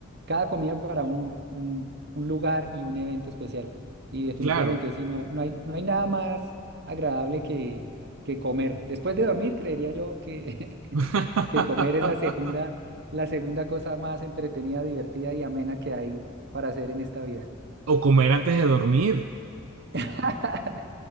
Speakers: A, on the right; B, on the right.
A: cada comida para un, un- un lugar y un evento especial. Y definitivamente
B: Claro.
A: sí, no, no hay, no hay nada más agradable que, que comer. Después de dormir, creería yo que
B: <laughs>
A: que comer es la segunda, la segunda cosa más entretenida, divertida y amena que hay para hacer en esta vida.
B: O comer antes de dormir.
A: <laughs>